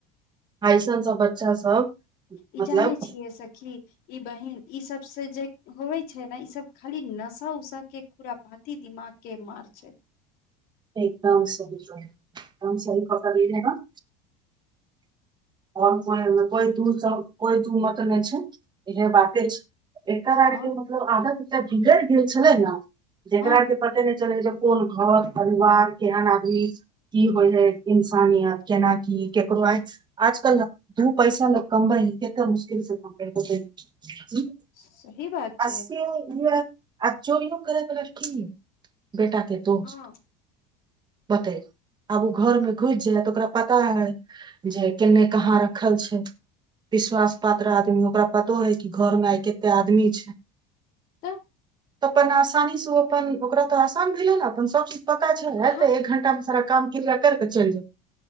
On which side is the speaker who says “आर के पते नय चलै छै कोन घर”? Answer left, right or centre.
Right